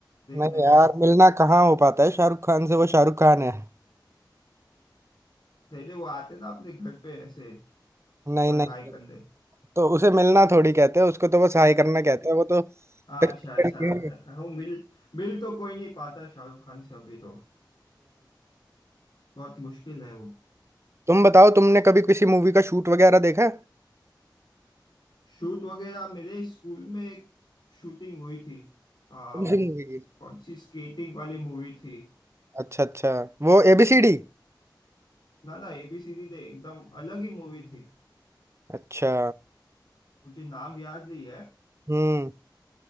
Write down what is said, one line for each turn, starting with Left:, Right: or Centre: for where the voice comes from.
Left: देखने
Right: नहीं
Left: में
Right: यार मिलना कहाँ हो पाता है शाहरुख खान से वो शाहरुख खान है
Left: नहीं नहीं वो आते ना अपने घर पे ऐसे
Right: नहीं
Left: पर
Right: नहीं
Left: हाय कंधे
Right: तो उसे मिलना थोड़ी कहते हैं उसको तो बस हाई करना कहते हैं वो तो
Left: हाँ,
Right: हम्म
Left: अच्छा ऐसा है। वो मिल मिल तो कोई नहीं पाता शाहरुख खान से अभी तो बहुत मुश्किल है वो
Right: तुम बताओ तुमने कभी किसी मूवी का शूट वगैरह देखा है
Left: शूट वगैरह मेरे स्कूल में एक शूटिंग हुई थी आ,
Right: कौन
Left: वो
Right: सी मूवी की
Left: कौन सी स्केटिंग वाली मूवी थी
Right: अच्छा अच्छा वो एबीसीडी
Left: ना ना एबीसीडी दे एकदम अलग ही मूवी थी
Right: अच्छा
Left: मुझे नाम याद नहीं है
Right: हम्म